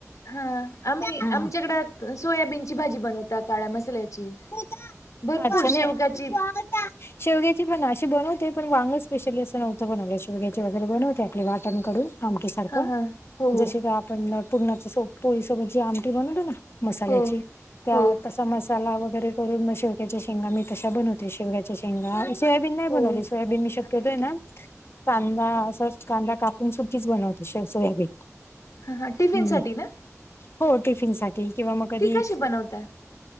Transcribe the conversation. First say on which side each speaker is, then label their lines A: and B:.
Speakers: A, on the left (about 80°); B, on the left (about 50°).
A: हं आम्ही
B: हम्म
A: आमच्याकडें सोयाबीनची भाजी बनवता काळ्या मसाल्याची.
B: हो अ हो
A: भरपूर शेवगाची
B: <unintelligible> <inaudible> शेवग्याची पण अशी बनवते, पण वांग स्पेशली असं नव्हत बनवल, शेवग्याची वगैरे बनवते आपल वाटन करून. आमटी सारखं,
A: हा हा हो हो
B: जशी का पण पूर्णाच्या सो पोळीसोबत जी आमटी बनवली ना, मसाल्याची
A: हो
B: त्या
A: हो
B: तसा मस मसाला वगैरे करून मग शेवक्याच्या शेंगा मी तशा बनवते, शेवग्याच्या शेंगा सोयाबीन नाही बनवली,
A: हो
B: सोयाबीन मी शक्यतो
A: ठीक
B: ना
A: आहे ठीक
B: कांदा अस कांदा कापून सुकीच बनवते, सोयाबीन.
A: हं हां, टिफिन
B: हम्म
A: साठी ना?
B: हो टिफिन साठी किंवा मग कधी
A: ती कशी बनवता